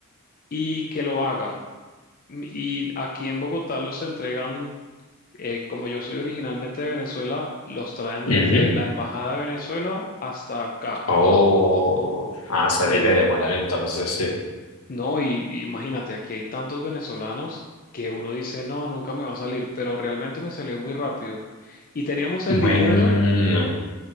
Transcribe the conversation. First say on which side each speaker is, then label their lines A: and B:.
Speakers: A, on the left; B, on the left.
A: y que lo hagan. M- Y aquí en Bogotá los entregan, eh, como yo soy originalmente de Venezuela, los traen
B: ujú.
A: desde la Embajada de Venezuela hasta acá.
B: Oh, ah, se
A: Sí,
B: debe demorar entonces, sí.
A: no, y y imagínate, aquí hay tantos venezolanos que uno dice, no, nunca me va a salir, pero realmente me salió muy rápido. Y teníamos el
B: Bueno.
A: dinero.